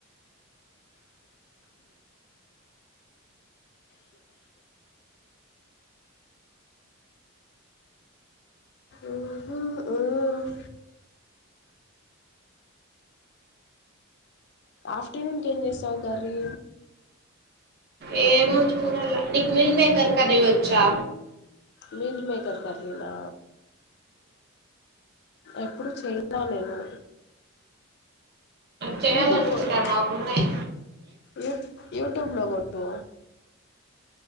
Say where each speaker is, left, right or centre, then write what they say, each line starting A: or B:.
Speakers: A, on the left (about 50°); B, on the right (about 45°).
A: ఉహు ఉమ్ ఆఫ్టర్నూన్ కేం జెస్తవ్ కర్రీ
B: ఏమో చూడల్ల నీకు మిల్ మేకర్ కర్రీ వచ్చా
A: మీల్ మేకర్ కర్రీనా ఎప్పుడు చేయ ల నేను
B: చేయ్యాలనుకుంటన్న
A: యూట్యూబ్ కొట్టు
B: నావున్నాయి
A: యూ యూట్యూబ్లో గొట్టు